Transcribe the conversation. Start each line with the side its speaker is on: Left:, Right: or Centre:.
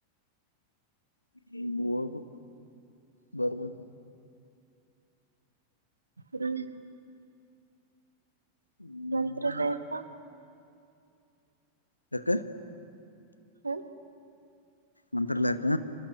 Left: ಹ ನಿನ್ಹೋಗೂ ಬರಬರ್
Right: ಹೂ
Left: ಹ್ಮ್
Right: ನಂತ್ರದಪ್ಪ
Left: ಕಕ್ಕ
Right: ಹ್ಮ
Left: ಮಂತ್ರಲಯಕ್ಕ